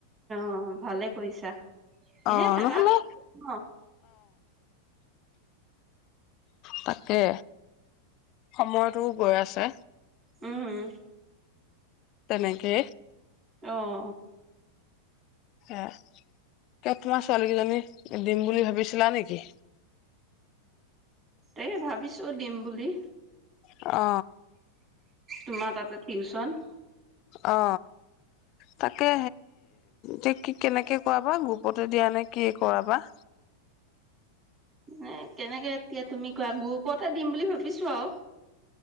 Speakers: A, on the right; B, on the left.
A: অ ভালে কৰিছা এনে
B: আহ
A: থাকা
B: নহ'লে
A: ন'
B: তাকে, সময়টো গৈ আছে।
A: উম।
B: তেনেকে,
A: অঁ
B: হে ক তোমাৰ ছোৱালী কেইজনী দিম বুলি ভাবিছিলা নেকি?
A: এই ভাবিছো দিম বুলি।
B: অ,
A: তোমাৰ তাতে টিউচন
B: অ, তাকে সেই কি কেনেকে কৰাবা গ্ৰুপতে, দিয়া নে কি কৰাবা।
A: ন কেনেকে, এতিয়া তুমি কোৱা গ্ৰুপতে দিম বুলি ভাবিছো আৰু।